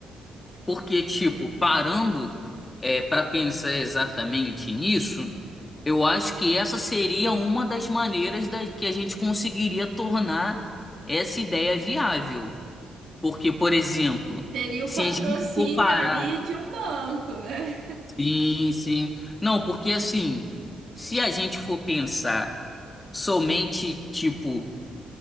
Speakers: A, on the left; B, on the right.
A: Porque, tipo, parando é, para pensar exatamente nisso. Eu acho que essa seria uma das maneiras da, que a gente conseguiria tornar essa ideia viável. Porque, por exemplo,
B: Teria
A: se
B: o patrocínio
A: a gente for parar.
B: ali de um banco, né?
A: Sim, sim. Não, porque assim, se a gente for pensar somente, tipo,